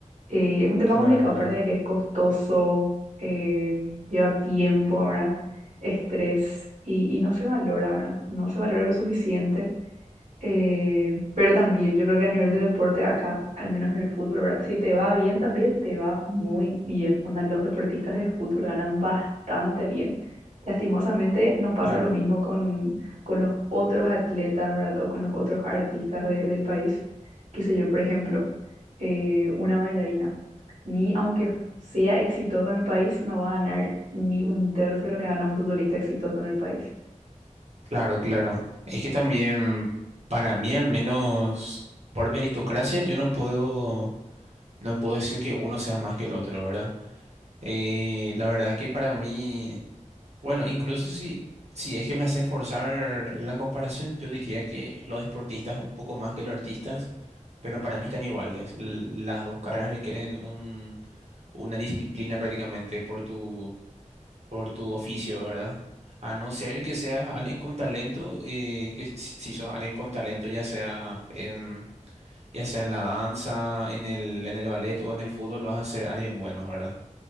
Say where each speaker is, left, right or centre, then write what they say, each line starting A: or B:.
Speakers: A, on the right; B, on the right.
A: Eh, es un tema
B: claro,
A: complicado,
B: claro,
A: aparte de que es costoso, eh, lleva tiempo, ¿verdad? Estrés y, y no se valora, ¿verdad? No se valora lo suficiente. eh, pero también yo creo que a nivel de deporte acá, al menos en el fútbol, ¿verdad? Si te va bien también, te va muy bien. Onda, los deportistas de fútbol ganan bastante bien. Lastimosamente no pasa
B: claro,
A: lo mismo con, con los otros atletas, ¿verdad? O con los otros artistas de- del país. Qué sé yo, por ejemplo, eh, una bailarina ni aunque sea exitoso en el país, no va a ganar ni un tercio de lo que gana un futbolista exitoso en el país.
B: claro, claro. Es que también, para mí al menos, por meritocracia, yo no puedo, no puedo decir que uno sea más que el otro, ¿verdad? Eh, la verdad que para mí... Bueno, incluso si, si es que me hacen forzar la comparación, yo diría que los deportistas un poco más que los artistas, pero para mí están iguales. L- Las dos carreras requieren un, una disciplina prácticamente por tu, por tu oficio, ¿verdad? A no ser que seas alguien con talento, eh, que si si sos alguien con talento, ya sea en, ya sea en la danza, en el, en el ballet o en el fútbol, vas a ser alguien bueno, ¿verdad?